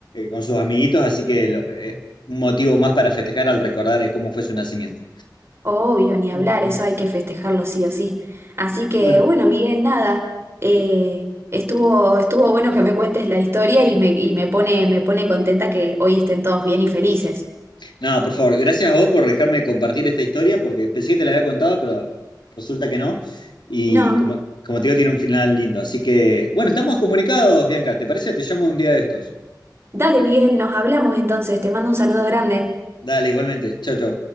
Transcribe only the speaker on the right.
Obvio, ni hablar,
eso hay que festejarlo sí o sí. Así que
bueno, Miguel, nada, eh, estuvo, estuvo bueno que me cuentes la historia y me, y me pone, me pone contenta que hoy estén todos bien y felices.
No,
dale, Miguel, nos hablamos entonces, te mando un saludo grande.